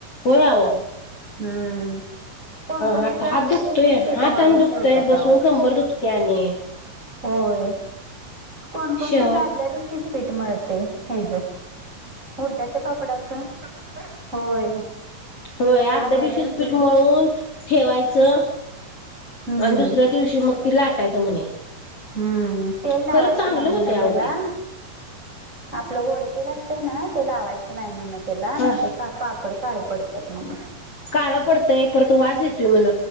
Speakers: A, on the left (about 40°); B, on the right (about 20°).
A: होय आव.
B: हम्म. कोणकोणते
A: हात
B: आदल्या
A: हात दुखतोय
B: दिवशीच पीठ
A: हात
B: मळवून
A: आणि दुखतोय
B: ठेव त्यात
A: बसून
B: आओ.
A: कंबर दुखते आणि
B: होय. कोणकोणते
A: शेवा
B: आदल्या दिवशीच पीठ मिळतय ह्याच. उडदाच्या पापडाच. होय!
A: होय, अदल्या
B: आदल्या
A: दिवशीच
B: दिवशी
A: पीठ मळून ठेवायचं
B: हम्म
A: आणि दुसऱ्या दिवशी मग लाटायचं म्हणे.
B: हम्म तेल लावायचं
A: खरंच चांगलं
B: नाही
A: होत
B: म्हण
A: ते आओ
B: त्याला
A: ते.
B: आपलं गोडे तेल असत ना. ते लावायचं नाही म्हणत त्याला
A: हा
B: नाहीतर तर पापड काळे पडतात म्हणून.
A: काळ पडतंय. परत वास येतोय म्हण